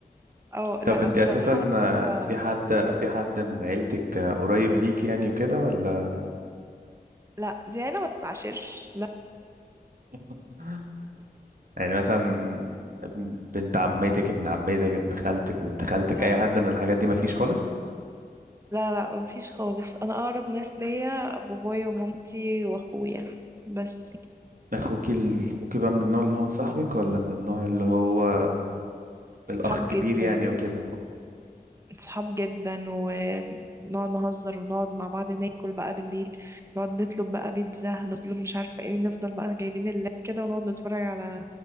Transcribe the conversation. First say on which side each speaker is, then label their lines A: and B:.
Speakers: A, on the right; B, on the right.
A: أو لا
B: طب انت
A: بصراحة
B: اساسا
A: أنا
B: آه،
A: تلاتة
B: في حد في حد من عيلتك آه، قريب ليك يعني وكده ولا
A: لا دي أنا ما بتعاشرش لا
B: <laughs> يعني مثلا ابن- بنت عمتك ابن عمتك ابن خالتك بنت خالتك
A: لا
B: اي
A: لا
B: حد من الحاجات دي مفيش خالص
A: لا لا مفيش خالص أنا أقرب ناس ليا بابايا ومامتي وأخويا بس
B: اخوكي ال- اخوكي بقى من النوع اللي هو مصاحبك ولا من النوع اللي هو الاخ
A: صحاب
B: الكبير
A: جدا
B: يعني وكده
A: صحاب جدا ونقعد نهزر ونقعد مع بعض ناكل بقى بالليل نقعد نطلب بقى بيتزا هنطلب مش عارفة ايه نفضل بقى جايبين اللاب كده ونقعد نتفرج على